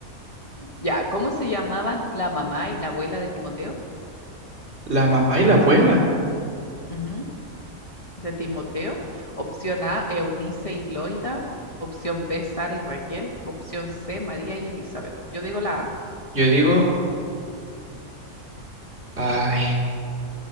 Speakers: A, on the left; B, on the right.
A: Ya, ¿cómo se llamaban la mamá y la abuela de Timoteo?
B: La mamá y la abuela.
A: Ujú, De Timoteo. Opción A, Eunice y Loida. Opción B, Sara y Raquel. Opción C, María y Elizabeth. Yo digo la A.
B: Yo digo, ay,